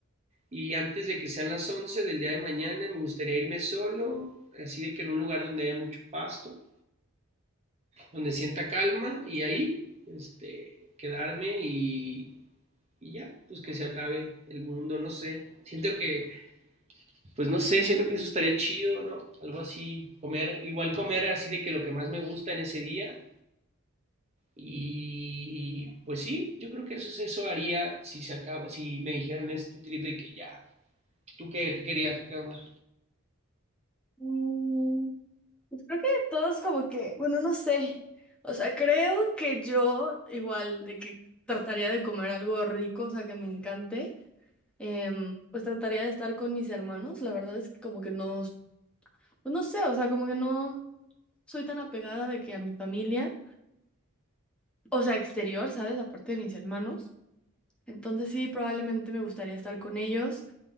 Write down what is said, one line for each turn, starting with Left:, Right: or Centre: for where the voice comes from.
Right: y antes de que sean las 11 del día de mañana, me gustaría irme solo, así de que en un lugar donde haya mucho pasto, donde sienta calma y ahí, este, quedarme y, y ya, pues que se acabe el mundo, no sé. Siento que, pues no sé, siento que eso estaría chido, ¿no? Algo así, comer, igual comer así de que lo que más me gusta en ese día Y pues sí, yo creo que eso, es- eso haría si se acaba, si me dijeran este trip de que ya, ¿tú qué, qué querías o qué onda?
Centre: Mm. Pues Creo que todos como que, bueno, no sé. O sea, creo que yo igual de que trataría de comer algo rico, o sea, que me encante, em, pues trataría de estar con mis hermanos. La verdad es que como que no, pues no sé, o sea, como que no soy tan apegada de que a mi familia, o sea, exterior, ¿sabes? Aparte de mis hermanos. Entonces sí, probablemente me gustaría estar con ellos.